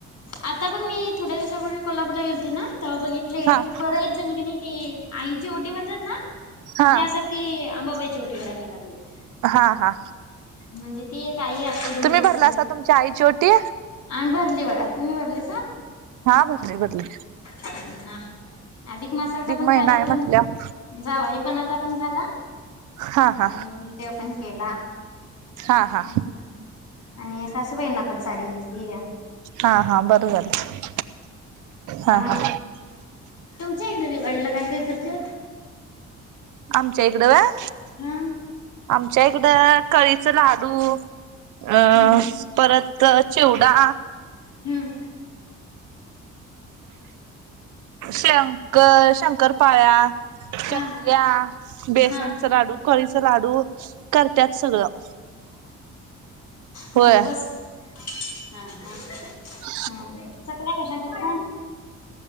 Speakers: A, on the left (about 55°); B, on the right (about 80°).
A: आता पण मी थोड्या दिवसाांपूर्वी कोल्हापूरला गेलते ना तेव्हा बघितले
B: हा
A: की बरं आहेतच जणी क आईची ओटी भरतात ना
B: हा
A: त्यासाठी आंबाबाईची ओटी कराय निघाली होती
B: हा हा
A: म्हणजे ती काही असो घरम
B: तुम्ही भरलासा
A: आपेल
B: तुमच्या आईची ओटी?
A: आम्ही भरली बघा तुम्ही भरली.
B: हा बरले बरले.
A: ह हा अधिक मासाचा पण
B: महिना
A: कार्यक्रम
B: आहे म्हटल्यावर
A: जावईपणाचा पण झाला
B: हा हा
A: आणि ते पण केला.
B: हा हा
A: हम् आणि सासूबाईंना पण साडी घेतली या.
B: हा हा रं झालं हा
A: मग
B: हा.
A: तुमच्या इकडे दिवाळीला काय काय करतात?
B: आमच्या इकडं व्हय?
A: हा.
B: आमच्या इकडं कळीचे लाडू, अं
A: हम्म
B: परत तर चिवडा
A: हम्म.
B: शंकर शंकरपाळ्या
A: हा
B: चकल्या, बेसनचा
A: हा
B: लाडू, कळीचा लाडू करतात सगळं. <inaudible>
A: हम
B: होय
A: बस. हा हा
B: ह.
A: हा चकल्या कशा करता?